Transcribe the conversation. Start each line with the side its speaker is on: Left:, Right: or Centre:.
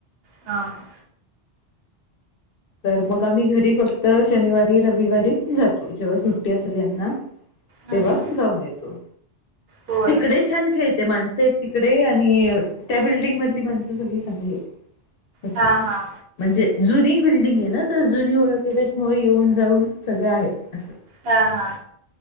Right: हा हा
Left: तर मग आम्ही घरी बघत तर शनिवारी रविवारी जातो. जेव्हा सुट्टी असेल यांना.
Right: हम्म
Left: तेव्हा
Right: हम्म
Left: जाऊन येतो.
Right: होय
Left: तिकडे छान खेळत ते माणसं आहेत, तिकडे आणि त्या बिल्डिंग मधली माणसं सगळी चांगली अस.
Right: हा हा
Left: म्हणजे जुनी बिल्डिंग आहे ना, तर जुनी ओळख आहे. त्याच्यामुळे येऊन जाऊन सगळं आहे अस.
Right: हा हा